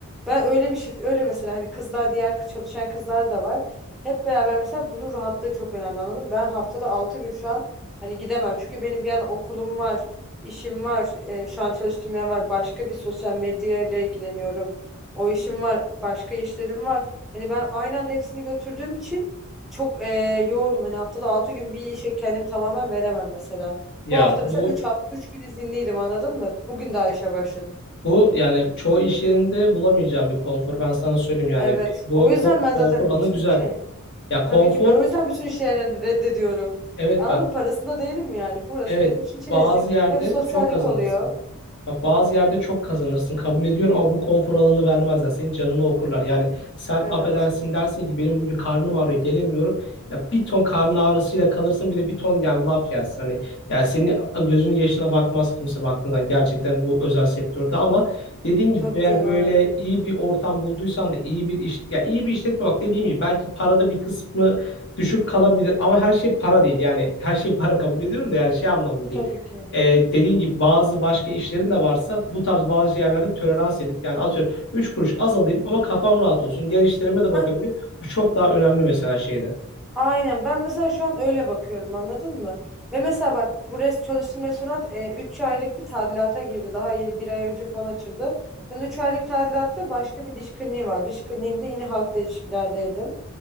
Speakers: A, in the centre; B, on the left.
A: Ben öyle bir shift öyle mesela hani kızlar diğer çalışan kızlar da var. Hep beraber mesela bunun rahatlığı çok önemli anladım. Ben haftada 6 gün şu an hani gidemem. Çünkü benim bir yana okulum var. İşim var. Eee, şu an çalıştığım yer var. Başka bir sosyal medya ile ilgileniyorum. O işim var. Başka işlerim var. Hani ben aynı anda hepsini götürdüğüm için çok eee, yoğunum. Hani haftada 6 gün bir işe kendimi tamamen veremem mesela.
B: Ya
A: Bu hafta
B: bu
A: mesela 3 hafta, 3 gün izinliydim anladın mı? Bugün daha işe başladım.
B: bu yani çoğu iş yerinde bulamayacağım bir konfor. Ben sana söyleyeyim yani
A: Evet.
B: bu
A: O yüzden
B: ko-
A: ben
B: konfor
A: zaten
B: alanı
A: bütün
B: güzel.
A: şey
B: Ya konfor
A: tabii ki ben o yüzden bütün işlerini reddediyorum.
B: evet
A: Anladın
B: bak
A: Parasında değilim yani. Burası
B: evet
A: benim için çerezlik.
B: bazı yerde
A: Hem sosyallik
B: çok kazanırsın.
A: oluyor.
B: Bak bazı yerde çok kazanırsın kabul ediyorum ama bu konfor alanını vermezler. Senin canını okurlar. Yani sen
A: Evet.
B: affedersin dersin ki benim bugün karnım ağrıyor gelemiyorum. Ya bir ton karın ağrısıyla kalırsın bir de bir ton yani laf yersin. Hani yani senin gözünün yaşına bakmaz kimse baktığında gerçekten bu özel sektörde ama dediğin gibi
A: Tabii
B: eğer
A: canım.
B: böyle iyi bir ortam bulduysan da iyi bir iş ya iyi bir işletme bak dediğim gibi belki parada bir kısmı düşük kalabilir ama her şey para değil. Yani her şey para kabul ediyorum da yani şey anlamda değil.
A: Tabii ki.
B: E, dediğin gibi bazı başka işlerin de varsa bu tarz bazı yerlerde tolerans edip yani atıyorum 3 kuruş az alayım ama kafam rahat olsun. Diğer işlerime de bakabilirim.
A: Heh,
B: Bu çok daha önemli mesela şeyde.
A: aynen. Ben mesela şu an öyle bakıyorum anladın mı? Ve mesela bak bu res çalıştığım restoran e, 3 aylık bir tadilata girdi. Daha yeni bir ay önce falan açıldı. Ben 3 aylık tadilatta başka bir diş kliniği var. Diş kliniğinde yine halkla ilişkilerdeydim.